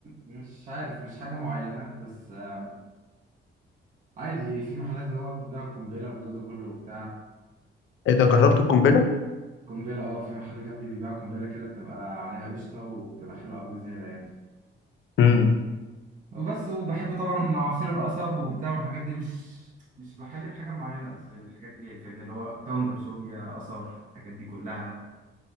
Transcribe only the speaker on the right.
مش عارف مش حاجة معينة بس آه، عادي في محلات اللي هو بتبيع قنبلة والجو ده كله وبتاع
مش
عارف
قنبلة اه في محل جنبي بيبيع قنبلة كده بتبقى عليها قشطة وبتبقى حلوة أوي بزيادة يعني
وبس وبحب طبعا عصير القصب وبتاع والحاجات دي مش مش بحل بحاجة معينة بس الحاجات دي يعني فاهمني اللي هو تمر صوبيا قصب الحاجات دي كلها